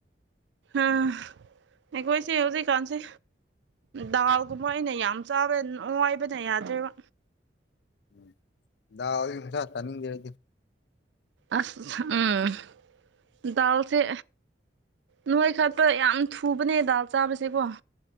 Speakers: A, on the right (about 75°); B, on the left (about 65°).
A: ꯑꯥ
B: ꯎꯝ
A: ꯑꯩꯈꯣꯏꯁꯦ ꯍꯧꯖꯤꯛꯀꯥꯟꯁꯦ ꯗꯥꯜꯒꯨꯝꯕ ꯑꯣꯏꯅ ꯌꯥꯝ ꯆꯥꯔꯦ ꯅꯣꯏꯕꯅ ꯌꯥꯗ꯭ꯔꯦꯕ
B: ꯎꯝ ꯗꯥꯜ <unintelligible> ꯆꯅꯤꯡꯕ ꯑꯣꯏꯗꯦ
A: ꯑꯁ ꯎꯝ ꯗꯥꯜ ꯁꯦ ꯅꯣꯏ ꯈꯠꯄ ꯌꯥꯝ ꯊꯨꯕꯅꯦ ꯗꯥꯜ ꯆꯥꯕꯁꯦꯀꯣ